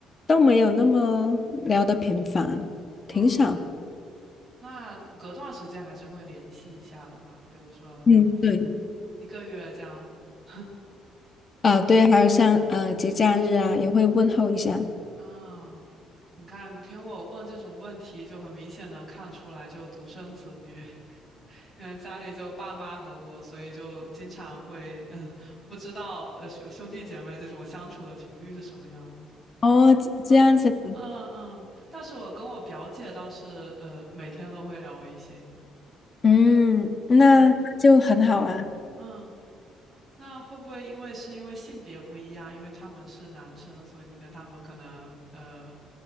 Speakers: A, on the left; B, in the centre.
A: 都没有那么聊得频繁，
B: 嗯。
A: 挺少。
B: 那隔段时间还是会联系一下的吧，比如说
A: 嗯，对，
B: 一个月这样。<laughs>
A: 啊、对，还有像呃节假日啊，也会问候一下。
B: 啊。你看，听我问这种问题，就很明显能看出来，就独生子女，<laughs> 因为家里就爸妈和我，所以就经常会，<laughs> 嗯，不知道呃兄兄弟姐妹这种相处的频率是什么样的。
A: 哦，这这样子。
B: 嗯嗯嗯，但是我跟我表姐倒是，呃，每天都会聊微信。
A: 嗯，那那就很好啊。
B: 嗯嗯。那会不会因为是因为性别不一样，因为他们是男生，所以你跟他们可能呃